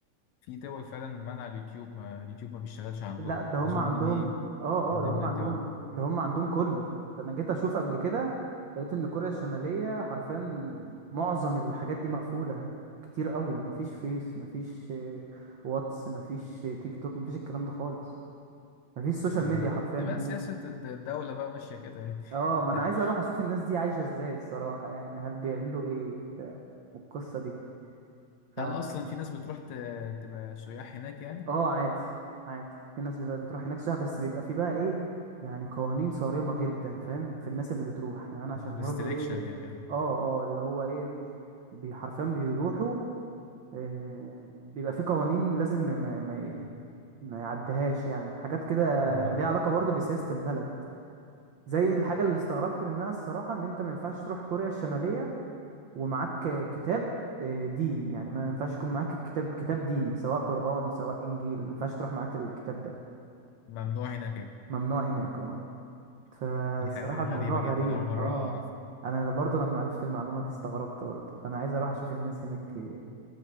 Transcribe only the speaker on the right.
لا ده هم
عندهم
اه
اه ده
هم عندهم
ده هم عندهم كله ده انا جيت اشوف قبل كده لقيت ان كوريا الشمالية حرفيا معظم الحاجات دي مقفولة كتير قوي مفيش فيس مفيش آه، واتس مفيش آه، تيك توك مفيش الكلام ده خالص مفيش سوشيال
ميديا حرفيا
هناك
اه ما انا عايز اروح اشوف الناس دي عايشة ازاي الصراحة يعني هل بيعملوا ايه وبتاع والقصة دي ف
اه عادي عادي في ناس بت- بتروح هناك سياحة بس بيبقى في بقى ايه يعني قوانين صارمة جدا فاهم في الناس اللي بتروح يعني انا عشان
برضو ايه
اه اه اللي هو ايه بي- حرفيا بيروحوا إيه بيبقى في قوانين لازم ما ما ما ما يعديهاش يعني حاجات كده
ليها علاقة برضو بسياسة البلد زي الحاجة اللي استغربت منها الصراحة ان انت ما ينفعش تروح كوريا الشمالية ومعاك كتاب آه، دين يعني ما ينفعش يكون معاك الكتاب كتاب ديني سواء قرآن سواء إنجيل ما ينفعش تروح معاك الكتاب ده
ممنوع هناك اه فالصراحة
الموضوع
غريب
اه
انا برضو لما عرفت المعلومة دي استغربت برضو فانا عايز اروح اشوف الناس هناك إيه.